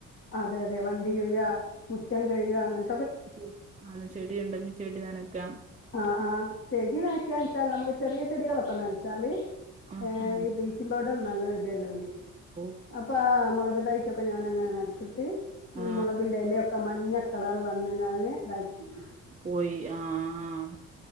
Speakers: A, on the left (about 45°); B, on the right (about 25°).
A: അതെ അതെ വണ്ടി കെഴ്ക മുറ്റം കെഴ്ക അങ്ങനെ
B: <unintelligible> ചെടി ഇണ്ടെങ്കി ചെടി നനക്കാം
A: ആഹ്
B: <unintelligible>
A: ആഹ് ചെടി നനക്കാണ്ച്ചാൽ നമ്മള് ചെറിയ ചെടികളൊക്കെ നനച്ചാല്
B: ആഹാ!
A: ഏഹ് ഈ ബ്ലീ ബ്ലീച്ചിങ്ങ്പൗഡർ നല്ലണം ഇടൊല്ലോല്
B: ഓ!
A: അപ്പാ മൊളക് തൈക്കൊക്കെ ഞാനങ്ങനെ നൻച്ചിട്ട് ഈ
B: ആ
A: മൊളകിന്റെ എലയൊക്കെ മഞ്ഞ കളർ വന്ന്ങ്ങാഞ് ഇതാക്കിക്കി.
B: പോയി ആഹ് ആഹ്